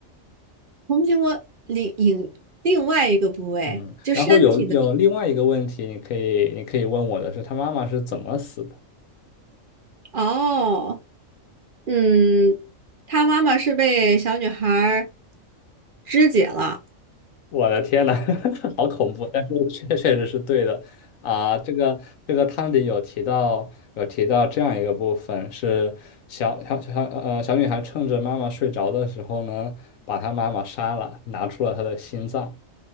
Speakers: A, on the right (about 50°); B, on the left (about 80°).
A: 红苹果另另另外一个部位，
B: 嗯，
A: 就身体的。
B: 然后有有另外一个问题，你可以你可以问我的是，她妈妈是怎么死的？
A: 哦，嗯，他妈妈是被小女孩儿肢解了。
B: 我的天呐，<laughs> 好恐怖！但是确 <laughs> 确实是对的啊。这个这个汤里有提到有提到这样一个部分是小小小呃小女孩趁着妈妈睡着的时候呢，把她妈妈杀了，拿出了她的心脏，